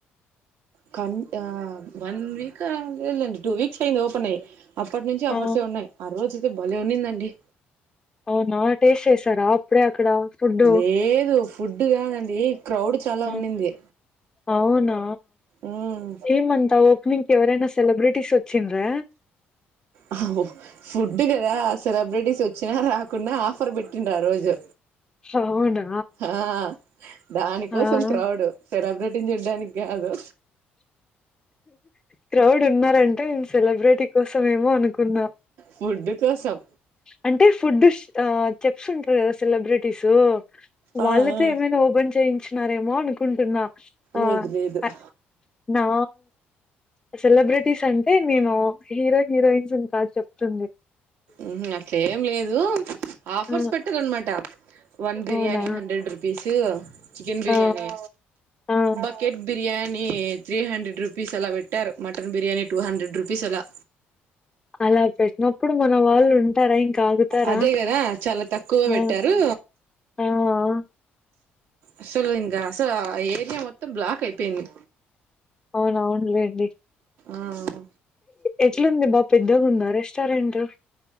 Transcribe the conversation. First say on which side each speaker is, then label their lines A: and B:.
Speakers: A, on the right; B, on the left.
A: కన్ ఆహ్ వన్ వీక్ ఆహ్ లే లేండి టూ వీక్స్ అయింది ఓపెన్ అయ్యి. అప్పట్ నుంచి ఆఫర్స్
B: ఆ!
A: ఉన్నాయి ఆ రోజ అయితే బలే ఉన్నిందండి.
B: అవునా టెస్ట్ చేశారా ఆ అప్పుడే అక్కడ ఫుడ్డు?
A: లేదు ఫుడ్ కాదండి క్రౌడ్ చాలా
B: ఆ!
A: ఉన్నింది
B: అవునా
A: ఉమ్
B: ఏమంతా ఓపనింగ్ ఎవరై సెలబ్రిటీస్ వచ్చిండ్రా?
A: అ ఫుడ్డు కదా సెలబ్రిటీస్ వచ్చినా రాకుండా ఆఫర్ పెట్టి ఇంకా ఆ రోజు
B: అవునా?
A: ఆహ్. దాని
B: ఆ!
A: కోసం క్రౌడ్ సెలబ్రిటీని చూడ్డానికి కాదు.
B: క్రౌడ్ ఉన్నారంటే నేను సెలబ్రిటీ కోసం ఏమో అనుకున్నా.
A: ఫుడ్ కోసం
B: అంటే ఫుడ్ ఆహ్ చెప్స్ంటారు కదా. సెలబ్రిటీసు
A: ఆ
B: వాళ్ళతో
A: ఆ
B: ఏమైనా ఓపెన్ చేయించినారేమో అనుకుంటున్నా. ఆహ్
A: లేదు లేదు
B: ఆ నా. సెలబ్రిటీస్ అంటే నేను హీరో హీరోయిన్సు కాదు చెప్తుంది.
A: ఉహు అట్లేం లేదు ఆఫర్స్
B: ఆ!
A: పెట్టారునమాట. వన్ బిర్యానీ
B: అవునా?
A: హండ్రెడ్ రుపీస్ చికెన్ బిర్యానీ.
B: ఆ! ఆ!
A: Bucket biryani. Three hundred rupees అలా పెట్టారు mutton biryani two hundred rupees అలా.
B: అలా పెట్టినప్పుడు మన. వాళ్ళు ఉంటారా ఇంకా ఆగుతారా
A: అదే కదా చాలా తక్కువ పెట్టారు
B: ఆహ్. ఆహ్.
A: అసలు ఇంకా అసలు ఆ ఏరియా మొత్తం బ్లాక్ అయిపోయింది.
B: అవునవునులేండి.
A: ఆహ్.
B: ఎట్లుంది బాగా పెద్దగా ఉందా రెస్టారెంట్ట్.